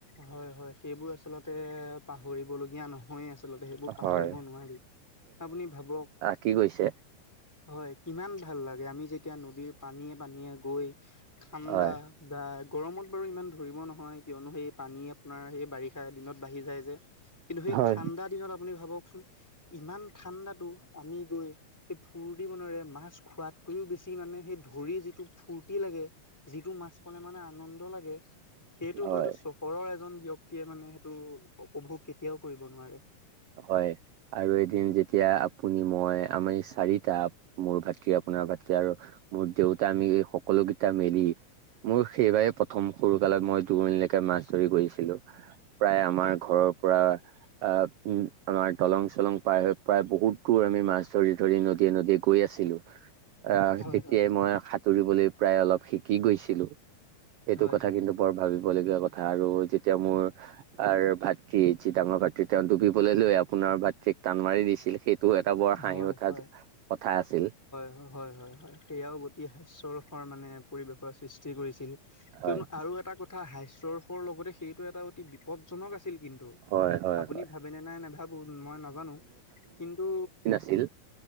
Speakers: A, in the centre; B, on the right.
A: হয় হয় সেইবোৰ আচলতে পাহৰিবলগীয়া নহয়ে আ আচলতে সেইবোৰ পাহৰিব
B: হয়
A: নোৱাৰি আপুনি ভাবক
B: কি কৈছে
A: হয় কিমান ভাল লাগে আমি যেতিয়া নদীৰ পানীয়ে পানীয়ে গৈ ঠাণ্ডা
B: হয়
A: বা গৰমত বাৰু ইমান ধৰিব নহয় কিয়নো সেই পানী আপোনাৰ সেই বাৰিষা দিনত বাঢ়ি যায় যে কিন্তু সেই
B: হয়
A: ঠাণ্ডা দিনত আপুনি ভাবকচোন ইমান ঠাণ্ডাতো আমি গৈ ফূুৰ্তি মনেৰে মাছ খোৱাত কৈও বেছি মানে সেই ধৰি যিটো ফূুৰ্তি লাগে যিটো মাছ পালে মানে আনন্দ লাগে সেইটো
B: হয়
A: হয়তো চহৰৰ এজন ব্যক্তিয়ে মানে সেইটো উপভোগ কেতিয়াও কৰিব নোৱাৰে
B: হয় আৰু এদিন যেতিয়া আপুনি মই আমাৰ এই চাৰিটা মোৰ ভাতৃ আপোনাৰ ভাতৃ আৰু মোৰ দেউতা আমি সকলো কেইটা মেলি মোৰ সেইবাৰে প্ৰথম সৰু কালত মই দুমণিলৈকে মাছ ধৰি গৈছিলো। প্ৰায় আমাৰ
A: হয়
B: ঘৰৰ পৰা আহ উম আমাৰ দলং চলং পাৰ হৈ প্ৰায় বহুত দূৰ আমি মাছ ধৰি ধৰি নদীয়ে নদীয়ে গৈ আছিলো। আহ
A: হয়
B: তেতিয়াই
A: হয়
B: মই সাঁতুৰিবলৈ প্ৰায় অলপ শিকি গৈছিলো সেইটো
A: হয়
B: কথা
A: হয়
B: কিন্তু বৰ ভাবিব লগীয়া কথা আৰু যেতিয়া মোৰ ভাতৃ যি ডাঙৰ ভাতৃ তেওঁ ডুবি লৈ লৈ আপোনাৰ ভাতৃক টান মাৰি দিছিল সেইটো এটা বৰ হাঁহি
A: হয়
B: উঠা
A: হয়
B: কথা আছিল।
A: হয় হয় হয় সেয়াও অতি হাস্যৰসৰ মানে পৰিৱেশৰ সৃষ্টি কৰিছিল কিয়নো
B: হয়
A: আৰু এটা কথা হাস্যৰসৰ লগতে সেইটো এটা অতি বিপদজনক আছিল কিন্তু
B: হয় হয়
A: আপুনি
B: হয়
A: ভাবে নে নাই নেভাবো মই নাজানো কিন্তু,
B: ছিল